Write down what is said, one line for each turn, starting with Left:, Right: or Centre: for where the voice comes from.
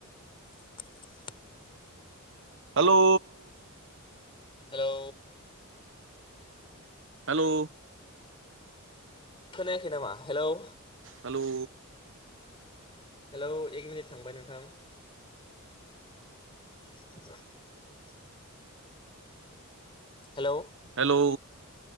Left: <inaudible>
Right: हेलौ
Left: हेलौ
Right: हेलौ
Left: खोनायाखै नामा हेलौ
Right: हेलौ
Left: हेलौ एक मिनिट थांबाय नोंथां <inaudible> हेलौ
Right: हेलौ